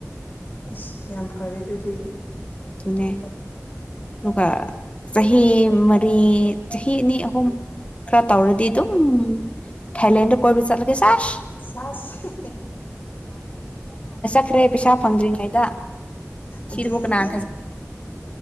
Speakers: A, on the left; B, on the left.
A: ꯑꯁ ꯌꯥꯝ ꯐꯥꯔꯦꯁꯨꯖꯤꯦ
B: ꯑꯗꯨꯅꯦ ꯑꯗꯨꯒ ꯆꯍꯤ ꯃꯔꯤ ꯆꯍꯤ ꯑꯅꯤ ꯑꯍꯨꯝ ꯈꯔ ꯇꯧꯔꯗꯤ ꯑꯗꯨꯝ ꯊꯥꯏꯂꯦꯟꯗ ꯀꯣꯏꯕ ꯆꯠꯂꯒꯦ ꯁꯥꯔꯁ
A: ꯁꯥꯁꯤ
B: ꯈꯔꯦ ꯄꯩꯥꯁꯥ ꯐꯪꯗ꯭ꯔꯤꯉꯩꯗ
A: ꯑꯗꯨꯅꯦ
B: ꯁꯤꯗꯕꯨ ꯀꯅꯥ